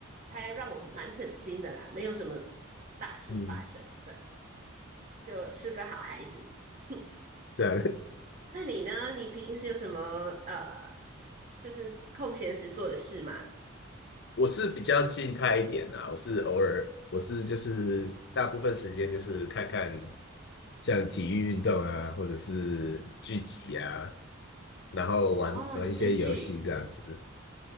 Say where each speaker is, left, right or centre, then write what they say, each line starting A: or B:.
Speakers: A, on the right; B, on the left.
A: 它让我很蛮省心的啦，没有什么大事发生。
B: 嗯嗯，
A: 对。就是个好孩子。哼，
B: 对啊
A: 那你呢？你平时有什么呃，就是空闲时做的事吗？
B: <laughs> 我是比较静态一点啦。我是偶尔，我是就是大部分时间就是看看像体育运动啊，或者是聚集啊，然后玩玩一些游戏这样子。
A: 哦，你追剧。